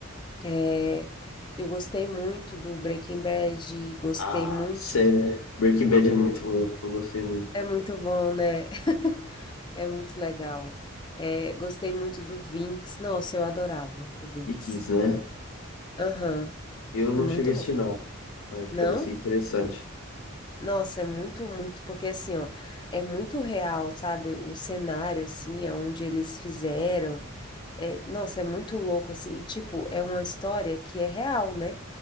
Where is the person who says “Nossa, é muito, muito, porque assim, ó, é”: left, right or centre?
Left